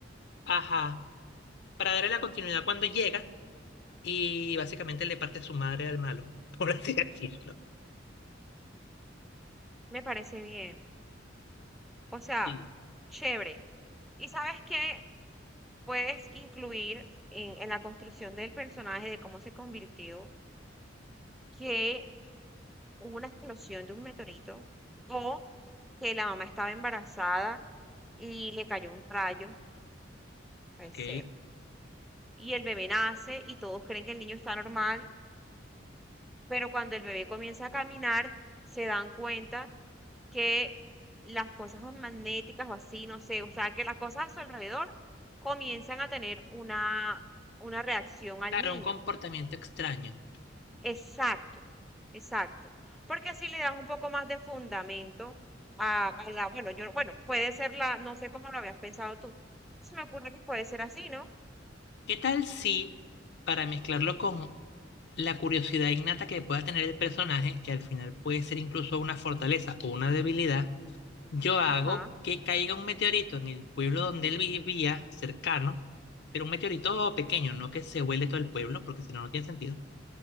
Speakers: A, on the left (about 60°); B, in the centre.
A: Ajá, para darle la continuidad cuando llega y básicamente le parte su madre al malo, <laughs> por así decirlo.
B: Me parece bien. O sea,
A: Sí.
B: chévere. Y sabes que puedes incluir en, en la construcción del personaje, de cómo se convirtió, que hubo una explosión de un meteorito o que la mamá estaba embarazada y le cayó un rayo, puede
A: Ok.
B: ser. Y el bebé nace y todos creen que el niño está normal Pero cuando el bebé comienza a caminar, se dan cuenta que las cosas magnéticas o así, no sé, o sea, que las cosas a su alrededor comienzan a tener una, una reacción al
A: Claro,
B: niño.
A: un comportamiento extraño.
B: Exacto, exacto. Porque así le dan un poco más de fundamento a, a la, bueno, yo, bueno, puede ser la, no sé cómo lo habías pensado tú. Se me ocurre que puede ser así, ¿no?
A: ¿Qué tal si, para mezclarlo con la curiosidad innata que pueda tener el personaje, que al final puede ser incluso una fortaleza o una debilidad, Yo hago
B: Ajá,
A: que caiga un meteorito en el pueblo donde él vivía, cercano, pero un meteorito pequeño, no que se vuele todo el pueblo, porque si no, no tiene sentido.